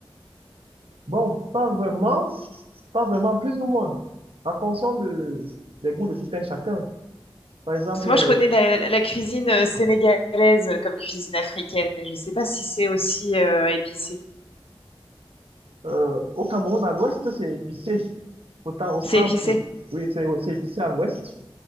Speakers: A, on the right (about 80°); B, on the left (about 90°).
A: Bon, pas vraiment, pas vraiment, plus ou moins, en fonction de, des goûts de tout un chacun. Par exemple,
B: Parce que moi, je connais la, la cuisine euh, sénégalaise euh, comme cuisine africaine, mais je ne sais pas si c'est aussi euh, épicé.
A: euh, au Cameroun, à l'ouest, c'est épicé. Pourtant, au centre,
B: C'est épicé.
A: oui, c'est c'est épicé à l'ouest,